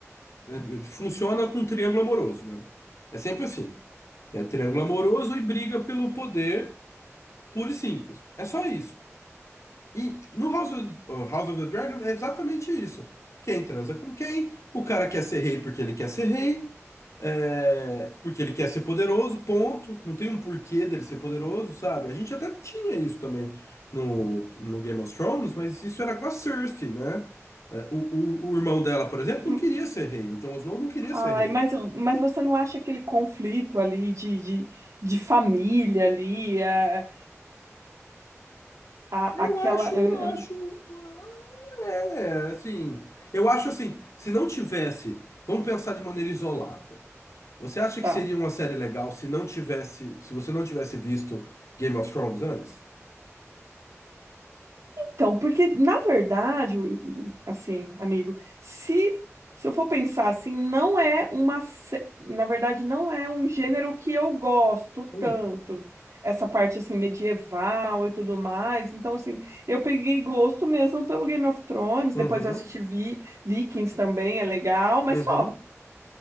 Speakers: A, on the left; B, on the right.
A: é- funciona com triângulo amoroso, né? É sempre assim. É triângulo amoroso e briga pelo poder, puro e simples. É só isso. E no House of, oh, House of the Dragon é exatamente isso. Quem transa com quem, o cara quer ser rei porque ele quer ser rei, é, porque ele quer ser poderoso, ponto. Não tem um porquê dele ser poderoso, sabe? A gente até tinha isso também no, no Game of Thrones, mas isso era com a Cersei, né? É, O, o, o irmão dela, por exemplo,
B: hum,
A: não queria ser rei. O Jon Snow não queria
B: ai,
A: ser rei.
B: mas, mas você não acha aquele conflito ali de, de, de família ali? é, é, a,
A: Eu
B: aquela.
A: acho, eu
B: eu- eu-
A: acho, é, assim, eu acho assim, se não tivesse, vamos pensar de maneira isolada. Você acha
B: tá.
A: que seria uma série legal se não tivesse, se você não tivesse visto Game of Thrones antes?
B: Então, porque, na verdade, o- o- assim, amigo, se, se eu for pensar assim, não é uma. sé- Na verdade, não é um gênero que eu gosto
A: Hum.
B: tanto. Essa parte, assim, medieval e tudo mais. Então, assim, eu peguei gosto mesmo pelo Game of Thrones.
A: Uhum,
B: Depois eu assisti Vi- Vikings também, é legal, mas
A: uhum.
B: só.